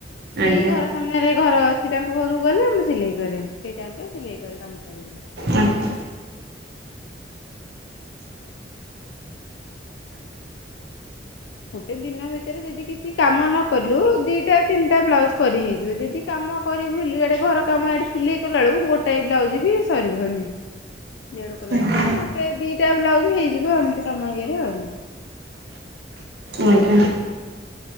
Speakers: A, on the right (about 65°); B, on the left (about 85°).
A: ଆଜ୍ଞା
B: ଏଇ ଘର ସାମ୍ନାରେ ଘର ଅଛି ତାଙ୍କ ଘରକୁ ଗଲେ ଆମେ ସିଲେଇ କରେ ସେଇ ଟାଇମ୍ ରେ ସିଲେଇ କରେ କାମ ସାରିକିରି।
A: ଆଜ୍ଞା
B: ଗୋଟେ ଦିନ ଭିତରେ ଯଦି କିଛି କାମ ନ କଲୁ ଦିଟା ତିନିଟା ବ୍ଲାଉଜ୍ କରି ହେଇଯିବ। ଯଦି କାମ କରିବୁୁ ଇଆଡେ ଘର କାମ ଆଡେ ସିଲେଇ କଲା ବେଳକୁ ଗୋଟାଏ ବ୍ଲାଉଜ୍ ବି ସରିବନି। ଇଆଡୁ କଲାବେଳୁ
A: ଆଜ୍ଞା
B: ନହେଲେ ଗୋଟେ ଦିଟା ବ୍ଲାଉଜ୍ ହେଇଯିବ ଏମିତି କାମ ହିଏରେ ଆଉ।
A: ଆଜ୍ଞା।